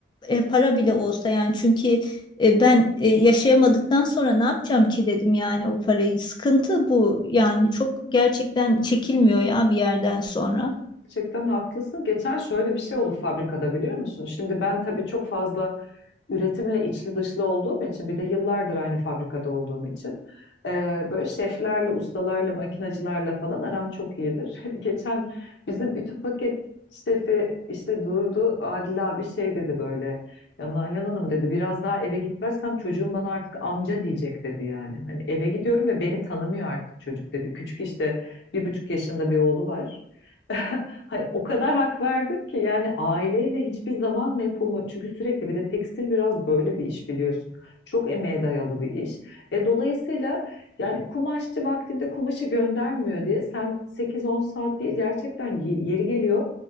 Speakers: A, on the left (about 25°); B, on the left (about 75°).
A: e, para bile olsa yani çünkü e, ben e, yaşayamadıktan sonra ne yapacağım ki dedim yani o parayı sıkıntı bu yani çok gerçekten çekilmiyor ya bir yerden sonra.
B: Gerçekten haklısın. Geçen şöyle bir şey oldu fabrikada biliyor musun? Şimdi ben tabii çok fazla üretimle içli dışlı olduğum için bir de yıllardır aynı fabrikada olduğum için e, böyle şeflerle, ustalarla, makinacılarla falan aram çok iyidir. <laughs> Geçen bizim ütü paket şefi işte durdu Adil abi şey dedi böyle ya Nalan Hanım dedi biraz daha eve gitmezsem çocuğum bana artık amca diyecek dedi yani. Hani eve gidiyorum ve beni tanımıyor artık çocuk dedi. Küçük işte bir buçuk yaşında bir oğlu var. <laughs> Hayır, o kadar hak verdim ki yani aileyle hiçbir zaman mefhumu çünkü sürekli bir de tekstil biraz böyle bir iş biliyorsun. Çok emeğe dayalı bir iş. E, dolayısıyla yani kumaşçı vaktinde kumaşı göndermiyor diye sen 8-10 saat değil gerçekten ge- yeri geliyor